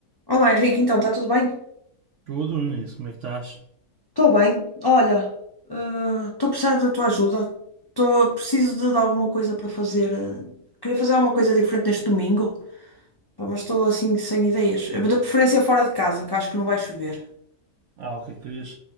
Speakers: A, on the left; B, on the right.
A: Olá Henrique, então está tudo bem?
B: Tudo, Nunes, como é que estás?
A: Estou bem. Olha, estou a precisar da tua ajuda. Tô, preciso de, de alguma coisa para fazer. eh, queria fazer alguma coisa diferente neste domingo, pá, mas estou assim sem ideias. Eh, De preferência fora de casa, que acho que não vai chover.
B: Ah, ok, querias